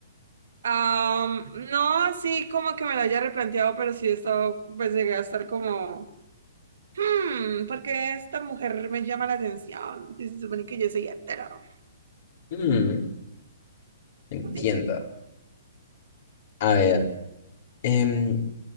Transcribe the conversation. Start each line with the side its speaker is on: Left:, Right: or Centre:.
Right: Am, no, así como que me lo haya replanteado, pero sí he estado, pues llegué a estar como, hmm, ¿por qué esta mujer me llama la atención? Y se supone que yo soy hetero.
Left: Mm, entiendo.
Right: maldita".
Left: A ver, em,